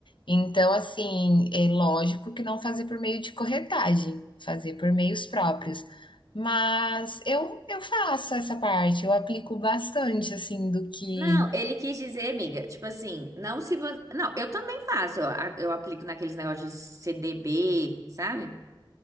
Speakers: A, on the left (about 80°); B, on the right (about 45°).
A: Então, assim, é lógico que não fazer por meio de corretagem, fazer por meios próprios. Mas eu, eu faço essa parte, eu aplico bastante, assim, do que
B: Não, ele quis dizer, amiga, tipo assim, não se você. Não, eu também faço, eu, a- eu aplico naqueles negócios de CDB, sabe?